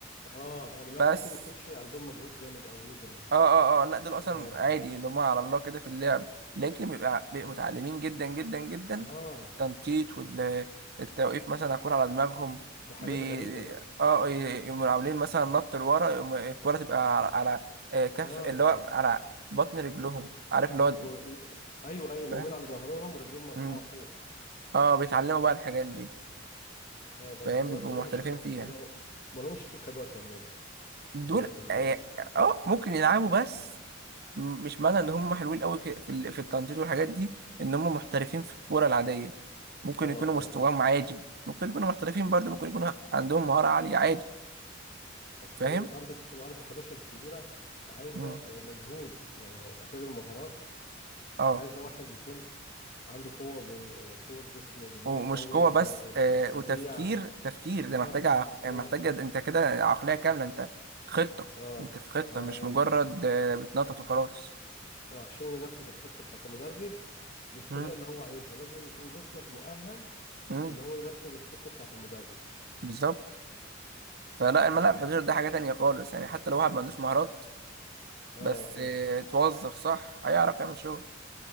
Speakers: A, on the left; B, on the right.
A: اه اه لا
B: بس
A: ممكن ما يكونش عندهم مجهود جامد او يجروا
B: اه اه اه لا دول اصلا
A: اه
B: عادي اللي هم على الله كده في اللعب لكن بيبقى بيبقى متعلمين جدا جدا جدا
A: اه
B: التنطيط والتوقيف مثلا هكون على دماغهم
A: ده حاجات
B: بي...
A: غريبة لا
B: اه ي- يقوموا عاملين مثلا نط لورا يقوم الكرة تبقى على, على آه، كف
A: اه
B: اللي هو على بطن رجلهم عارف اللي
A: بط
B: هو
A: و... ايوه ايوه
B: فاهم
A: نايمين على ظهرهم ورجلهم مرفوعة
B: مم.
A: فوق
B: اه بيتعلموا بقى الحاجات دي
A: اه بس
B: فاهم
A: دولت
B: بيبقوا
A: ما
B: محترفين
A: لهمش في الح...
B: فيها
A: ما لهمش في ال 11 دولت
B: دول
A: آه، في ال
B: اه آه، ممكن يلعبوا بس م- مش معنى ان هم حلوين قوي في ال- في التنطيط والحاجات دي ان هم محترفين في الكوره العاديه ممكن
A: اه
B: يكونوا
A: آه.
B: مستواهم عادي ممكن يكونوا محترفين برضه ممكن يكونوا عندهم مهاره عاليه عادي
A: اصل
B: فاهم
A: هي الارض الارض ال 11 الكبيره عايزه
B: م.
A: آه، مجهود يعني غير المهارات
B: اه
A: عايزه واحد يكون عنده قوه بن- آه، قوه جسم وبنيانه
B: ومش
A: قوي
B: قوه
A: وس-
B: بس
A: وس-
B: آه
A: وسريع
B: وتفكير تفكير ده محتاج
A: اه
B: عق...
A: اه
B: محتاجه انت كده عقليه كامله انت خطه
A: اه
B: انت في خطه
A: آه،
B: مش
A: ايوه
B: مجرد آه بتنطط وخلاص
A: آه، عشان ينفذ الخطه بتاعت المدرب بالطريقه
B: م.
A: اللي هو عايزها لازم يكون جسمك مؤهل
B: م.
A: ان هو ينفذ الخطه بتاعت المدرب
B: بالظبط فلا الملعب
A: اه
B: 11 ده حاجه تانية خالص يعني حتى لو واحد ما عندوش مهارات
A: اه
B: بس
A: اه
B: آه، توظف صح هيعرف يعمل شغل